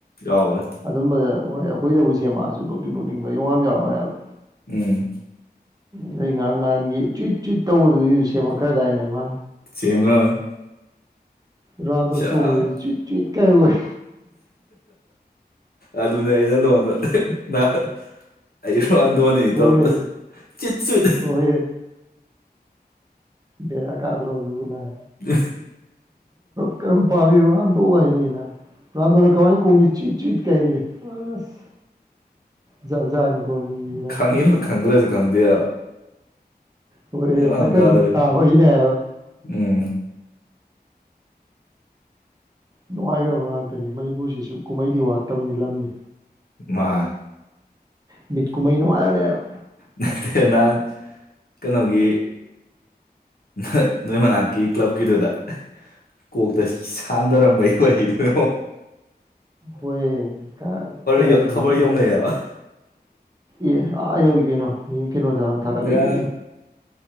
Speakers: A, on the left; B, on the right.
A: ꯌꯥꯋꯣꯏ
B: ꯑꯗꯨꯝꯕꯗ ꯍꯣꯏ ꯑꯩꯈꯣꯏꯗꯕꯨ ꯁꯦꯝꯃꯛꯑꯁꯨ ꯅꯣꯛꯅꯤꯡ ꯅꯣꯛꯅꯤꯡꯕ ꯌꯣꯡ ꯌꯥꯝ ꯌꯥꯎꯋꯦ ꯍꯥꯏꯕ
A: ꯎꯝ
B: ꯅꯣꯏ ꯉꯔꯥꯉ ꯅꯍꯥꯟꯒꯤ ꯆꯨꯏꯠ ꯆꯨꯏꯠ ꯇꯧꯕꯗꯨꯒꯤ ꯁꯦꯝꯃꯛꯈ꯭ꯔꯗꯥꯏꯅꯦ ꯑꯃꯥ
A: ꯆꯦꯝꯉꯥ
B: ꯔꯣꯅꯥꯜꯗꯣ
A: ꯁꯔꯞ
B: ꯆꯣꯡꯕꯩꯗꯣ ꯆꯨꯏꯠ ꯆꯨꯏꯠ ꯀꯥꯏ ꯑꯣꯏ
A: ꯑꯗꯨꯅꯦ ꯑꯩꯩꯅ ꯅꯣꯉꯗ ꯑꯩꯁꯨ ꯍꯟꯗꯣꯅꯤꯅꯤ
B: ꯍꯣꯏꯌꯦ
A: ꯇꯧꯔꯛꯄꯗ ꯆꯤꯠ ꯆꯨꯠ
B: ꯍꯣꯏꯌꯦ ꯕꯔ ꯀꯥꯗ꯭ꯔꯣ ꯑꯗꯨꯕꯨ ꯅꯪ
A: ꯌꯦ
B: ꯀꯔꯝ ꯄꯥꯝꯃꯤ ꯔꯥꯟꯗꯣ ꯋꯥꯜꯂꯤꯅ ꯔꯥꯟꯗꯣꯅ ꯀꯃꯋꯥꯥꯏ ꯀꯣꯡꯅꯤ ꯆꯤꯛ ꯆꯨꯏꯠꯀꯥ ꯍꯥꯏꯖꯤꯜꯂꯦ ꯑꯁ ꯖꯥꯠ ꯖꯥꯠꯅꯤꯀꯣ ꯃꯤꯒꯩꯖꯦ
A: ꯈꯪꯉꯤꯕ ꯈꯪꯗ꯭ꯔꯁꯨ ꯈꯪꯗꯦ
B: ꯑꯣ ꯑꯦꯈ
A: ꯃꯦꯟ ꯃꯥꯟ ꯑꯃ
B: ꯀꯔꯤ
A: ꯇꯥꯗꯕꯤꯗꯣ
B: ꯇꯥ ꯍꯏꯅꯦꯕ
A: ꯎꯝ
B: ꯅꯨꯡꯉꯥꯏꯈ꯭ꯔꯕ ꯉꯥꯛꯇꯅꯤ ꯃꯅꯤꯄꯨꯔꯁꯤꯁꯨ ꯀꯨꯝꯍꯩꯗꯤ ꯋꯥꯠꯇꯕꯅꯤ ꯂꯝꯅꯤ
A: ꯃꯥ
B: ꯃꯤꯠꯀꯨꯃꯩꯅꯉꯥꯏꯅꯦ
A: ꯅꯠꯇꯦ ꯅꯍꯥꯟ ꯀꯩꯅꯣꯒꯤ ꯅꯣꯏ ꯅꯣꯏ ꯃꯅꯥꯛꯀꯤ ꯀ꯭ꯂꯕꯀꯤꯗꯨꯗ ꯀꯣꯛꯇꯁꯤ ꯁꯥꯟꯗꯔꯝꯝꯕꯩ ꯋꯥꯔꯤꯗꯨꯗꯥ
B: ꯍꯣꯏ ꯀ ꯀꯩꯅꯣ
A: ꯌꯧ
B: ꯊꯃꯤꯣꯏ
A: ꯈꯕꯔ ꯌꯧꯅꯩꯑꯕ
B: ꯑꯦ ꯑꯥꯍꯣꯏ ꯀꯩꯅꯣ ꯃꯤ ꯀꯩꯅꯣꯗ ꯊꯥꯒꯠꯂꯛꯏꯗꯨꯗꯤ
A: ꯕꯦꯔꯥꯟ